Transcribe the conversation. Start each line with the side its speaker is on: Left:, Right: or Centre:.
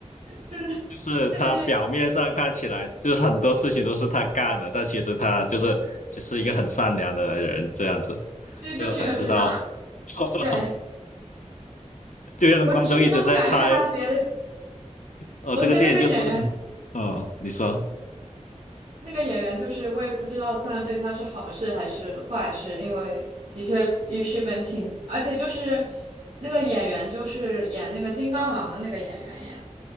Right: 就是那个电影
Left: 就是他表面上看起来就是很多事情都是他干的，但其实他就是就是一个很善良的人这样子，
Right: 其实就是一个智障，
Left: 所以我才知道，
Right: <laughs>
Left: <laughs>
Right: 对，
Left: 就让观众一直在猜，
Right: 我至今都不敢看他别的，
Left: 呃，
Right: 我觉得那个演员。
Left: 这个电影就是，呃，你说
Right: 那个演员就是我也不知道算对他是好事还是坏事，因为的确也是本挺，而且就是那个演员就是演那个金刚狼的那个演员演的